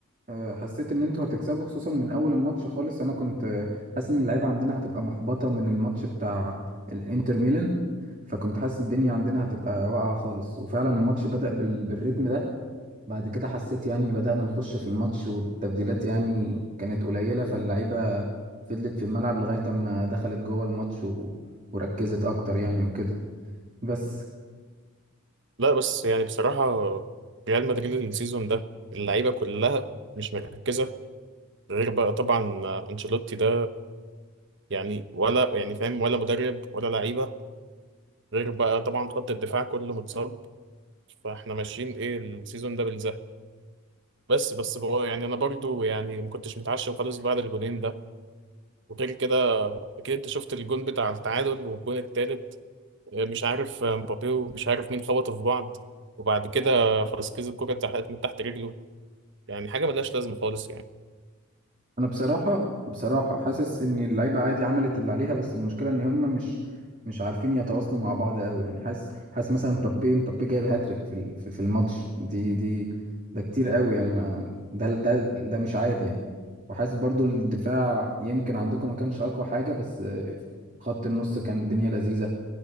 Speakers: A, on the right; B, on the right.
A: آه، حسيت ان انتوا هتكسبوا خصوصا من اول الماتش خالص انا كنت آه، حاسس ان اللعيبه عندنا هتبقى محبطه من الماتش بتاع الانتر ميلان فكنت حاسس الدنيا عندنا هتبقى واقعه خالص وفعلا الماتش بدأ بال... بالريتم ده بعد كده حسيت يعني بدأنا نخش في الماتش والتبديلات يعني كانت قليله فاللعيبه فضلت في الملعب لغايه اما دخلت جوه الماتش و... وركزت اكتر يعني وكده بس
B: لا بس يعني بصراحة ريال مدريد السيزون ده اللعيبة كلها مش مركزة غير بقى طبعا أنشيلوتي ده يعني ولا يعني فاهم ولا مدرب ولا لعيبة غير بقى طبعا خط الدفاع كله متصاب فاحنا ماشيين ايه السيزون ده بالزق بس بس بقى يعني انا برضو يعني ما كنتش متعشم خالص بعد الجونين ده وغير كده اكيد انت شفت الجون بتاع التعادل والجون التالت آه، مش عارف مبابي ومش عارف مين خبطوا في بعض وبعد كده خلاص كذا الكرة اتزحلقت من تحت رجله يعني حاجه ملهاش لازمه خالص يعني
A: انا بصراحه بصراحه حاسس ان اللعيبه عادي عملت اللي عليها بس المشكله ان هم مش مش عارفين يتواصلوا مع بعض قوي يعني حاسس حاسس مثلا مبابي مبابي جايب هاتريك في ال- في في الماتش دي دي ده كتير قوي يعني ما ده ده ده مش عادي يعني وحاسس برضو الدفاع يمكن عندكم ما كانش اقوى حاجه بس آه، خط النص كان الدنيا لذيذه